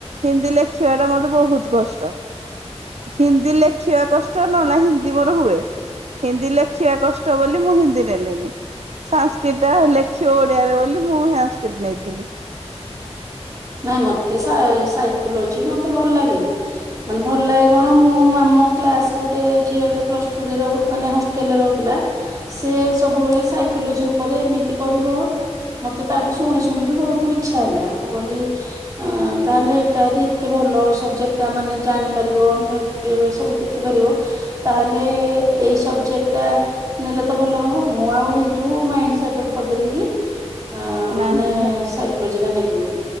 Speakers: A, on the right (about 70°); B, on the right (about 30°).
A: ହିନ୍ଦୀ ଲେଖିବା ଟା ମତେ ବହୁତ କଷ୍ଟ। ହିନ୍ଦୀ ଲେଖିବା କଷ୍ଟ ନହେଲେ ହିନ୍ଦୀ ମୋର ହୁଏ। ହିନ୍ଦୀ ଲେଖିବା କଷ୍ଟ ବୋଲି ମୁଁ ହିନ୍ଦୀ ନେଲିନି, ସାନ୍ସକ୍ରିଟଟା ଲେଖିବ ଓ ଡିଆରେ ବୋଲି ମୁଁ ସାନ୍ସକ୍ରିଟ ନେଇଥିଲି।
B: ନାଇଁ ମତେ ସାଇକୋଲୋଜି ମତେ ଭଲ ଲାଗେ। ମାନେ ଭଲ ଲାଗେ କଣ ମୁଁ ଆମ କ୍ଲାସ ଗୋଟେ ଝିଅ ଟେ ପ୍ଲସ ଟୁରେ ରହୁ ମାନେ ହସ ଟେଲ ରେ ରହୁଥିଲା, ସେ ସବୁବେଳେ ସାଇକୋଲୋଜି ଉପରେ ଏମିତି କହିବ। ମତେ ତାଠୁ ଶୁଣି ଶୁଣି କି ବହୁତ ଇଚ୍ଛା ହେଲା ମୁଁ କହିଲି ଅ ତାହେଲେ ଏଟା ଯଦି ଏତେ ଭଲ ସବଜେକ୍ଟ ଟା ମାନେ ଜାଣିପାରିବ ଅନ୍ୟ ବିହେବିଅ ସବୁ ଦେ ସିଖିପାରିବ, ତାହେଲେ ଏଇ ସବଜେକ୍ଟ ଟା ନେଲେ ତ ଭଲ ହବ, ମୁଁ ଆଉ ହେଇଠୁ ମାଇଣ୍ଡ ସେଟପ କରିଦେଲି କି ଅ
A: ନାହିଁ
B: ମାନେ ସାଇକୋଲୋଜି ଟା ନେବି ବୋଲି।